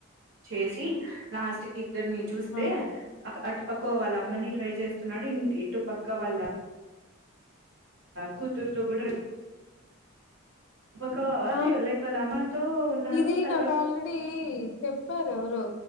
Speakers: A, on the right; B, on the left.
A: చేసి లాస్ట్ కి ఇద్దరిని చూస్తే
B: ఆ
A: అటు పక్క వాళ్ళ అమ్మని ట్రై చేస్తున్నాడు ఇటు పక్క వాళ్ళ కూతురుతో కూడా ఒక అ
B: ఆ
A: లైక్ వాళ్ళ అమతో ఉన్నాడు
B: ఇది
A: తర్వాత
B: నాకు ఆల్రెడీ చెప్పారు ఎవరో